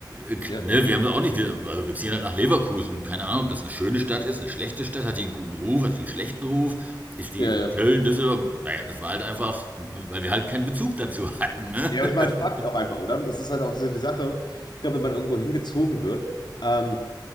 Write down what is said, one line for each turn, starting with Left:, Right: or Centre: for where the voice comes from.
Right: äh, k-
Left: Ja,
Right: ne, wir haben da auch nicht, ge- also wir ziehen halt nach Leverkusen. Keine Ahnung, ob das eine schöne Stadt ist, eine schlechte Stadt, hat die einen guten Ruf, hat die einen schlechten Ruf, ist die
Left: ja,
Right: in
Left: ja.
Right: Köln, Düsseldorf, naja, das war halt einfach, weil wir halt keinen Bezug dazu hatten, ne?
Left: Ja, ich meine, Fakt
Right: <laughs>
Left: auch einfach, oder? Das ist halt auch so die Sache. Ich glaube, wenn man irgendwo hingezogen wird, ähm,